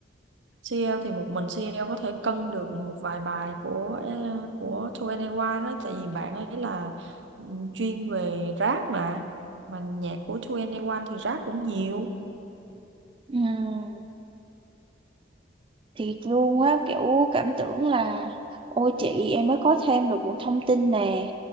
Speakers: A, on the right; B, on the right.
A: CL thì một mình CL có thể cân được một vài bài của ờ, của 2NE1 đó tại vì bạn ấy là ừ, chuyên về rap mà mà nhạc của 2NE1 thì rap cũng nhiều
B: ừ, thiệt luôn á kiểu cảm tưởng là ôi chị em mới có thêm được một thông tin nè